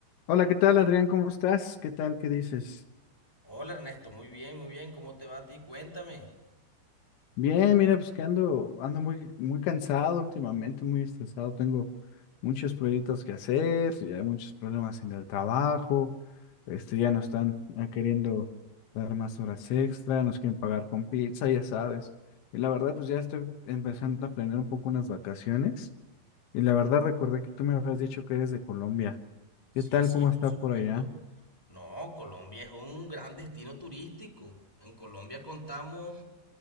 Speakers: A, on the left; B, in the centre.
A: Hola, ¿qué tal, Adrián? ¿Cómo estás? ¿Qué tal? ¿Qué dices?
B: Hola Ernesto, muy bien, muy bien, ¿cómo te va a ti? Cuéntame.
A: Bien, mira, pues que ando, ando muy, muy cansado últimamente, muy estresado. Tengo muchos proyectos que hacer, ya hay muchos problemas en el trabajo. Este, ya nos están eh, queriendo dar más horas extra, nos quieren pagar con pizza, ya sabes. Y la verdad, pues ya estoy empezando a planear un poco unas vacaciones. Y la verdad, recordé que tú me habías dicho que eres de Colombia.
B: Sí,
A: ¿Qué tal?
B: sí,
A: ¿Cómo
B: por
A: está
B: supuesto.
A: por allá?
B: No, Colombia es un gran destino turístico. En Colombia contamos